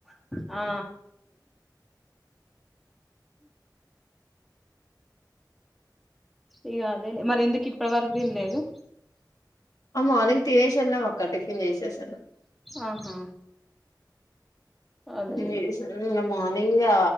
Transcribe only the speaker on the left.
ఆ మార్నింగ్ తినేసి వెళ్ళాం అక్క టిఫిన్ చేసేసాను
టిఫిన్
చేసారు ఉమ్ ఇంగ మార్నింగ్ నింగా